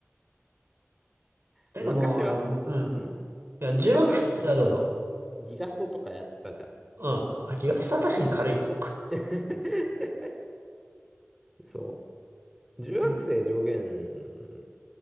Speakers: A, on the right (about 55°); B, in the centre.
A: だけどもう、
B: 昔はす、
A: あの、うん。
B: うん。
A: いや、
B: 昔はさ、
A: 重惑、あ、どうぞ。
B: ギガストとかやったじゃん。
A: うん。あ、ギガスは確かに軽いよ。
B: <laughs> そう。重惑星上限
A: <laughs> い